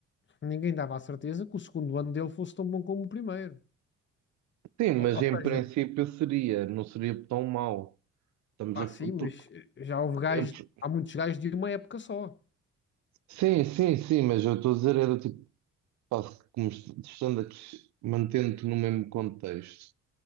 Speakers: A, on the left (about 40°); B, on the right (about 70°).
A: ninguém dava a certeza que o segundo ano dele fosse tão bom como o primeiro.
B: Sim, mas
A: Ou, ou
B: em
A: seja,
B: princípio seria, não seria tão mau. Estamos
A: pá,
B: a, f-
A: sim, mas
B: porque,
A: já houve gajos,
B: é por-
A: há muitos gajos de uma época só.
B: sim, sim, sim, mas eu estou a dizer era tipo, pá, como est- estando aqui, mantendo-te no mesmo contexto